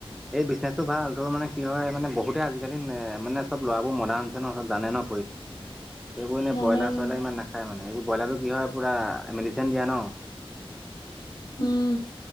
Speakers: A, in the centre; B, on the left (about 60°).
A: এই বিজনেছটো ভাল তোৰ মানে কি মানে বহুতে আজিকালি এ, মানে চব ল'ৰাবোৰ মডাৰ্ণ হৈছে ন জানে ন এইেইবোৰ এনে
B: জানে
A: ব্ৰইলাৰ
B: উম
A: চইলাৰ ইমান নাখায় মানে। এইবোৰ ব্ৰইলাৰটো কি হয় পূৰা মেডিচিন দিয়া ন'।
B: উম।